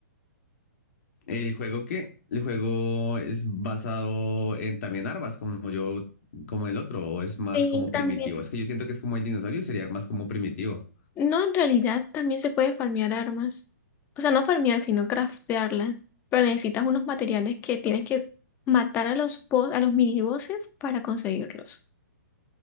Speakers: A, on the left; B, on the left.
A: el juego qué el juego es basado en también armas, como yo, como el otro, o es más
B: Sí,
A: como primitivo.
B: también.
A: Es que yo siento que es como el dinosaurio, sería más como primitivo.
B: No, en realidad también se puede farmear armas. O sea, no farmear, sino craftearla. Pero necesitas unos materiales que tienes que matar a los boss, a los minibosses para conseguirlos.